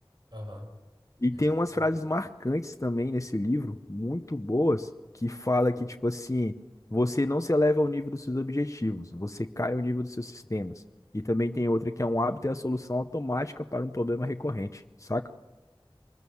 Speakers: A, on the right; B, on the left.
A: Aham,
B: E
A: peguei
B: tem umas
A: também.
B: frases marcantes também nesse livro, muito boas, que fala que, tipo assim, você não se eleva ao nível dos seus objetivos, você cai ao nível dos seus sistemas. E também tem outra que é um hábito é a solução automática para um problema recorrente, saca?